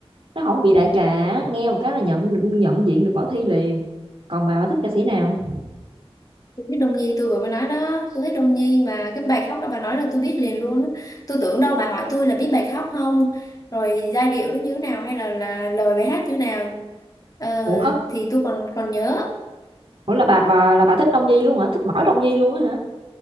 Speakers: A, on the right; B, on the left.
A: nó không bị đại trà á, nghe một cái là nhận được- nhận diện được Bảo Thy liền còn bà bà thích ca sĩ nào
B: tôi thích Đông Nhi tôi vừa mới nói đó tôi thích Đông Nhi mà cái bài khóc đó bà nói là tôi biết liền luôn á tôi tưởng đâu bà hỏi tôi là biết bài khóc không rồi giai điệu nó như thế nào hay là là lời bài hát như thế nào Ờ,
A: ủa hả
B: thì tôi còn còn nhớ
A: ủa là bà bà là bà thích Đông Nhi luôn hả thích mỗi Đông Nhi luôn á hả